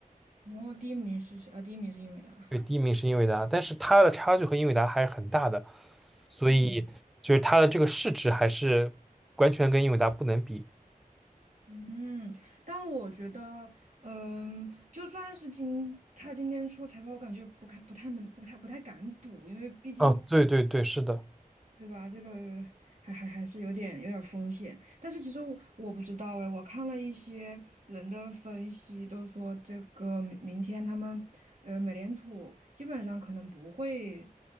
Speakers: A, on the right (about 55°); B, in the centre.
A: 哦，第一名是谁？啊，第一名是英伟达。
B: 对，第一名是英伟达，但是它的差距和英伟达还是很大的，所以就是它的这个市值还是完全跟英伟达不能比。
A: 嗯。嗯，但我觉得，嗯，就算是今他今天出财报，我感觉不太不太能不太不太敢赌，因为毕竟
B: 嗯，对对对，是的，
A: 对吧，这个还还还是有点有点风险。但是其实我我不知道哎，我看了一些人的分析，都说这个明明天他们呃美联储基本上可能不会